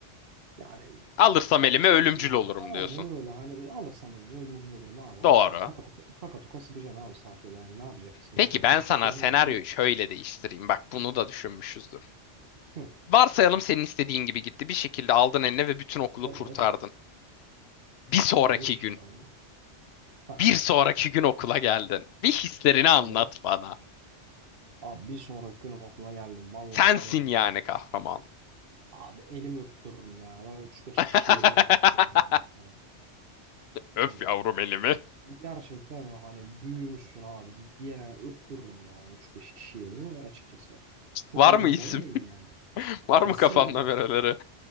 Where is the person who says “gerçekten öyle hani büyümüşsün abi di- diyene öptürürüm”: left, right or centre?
Right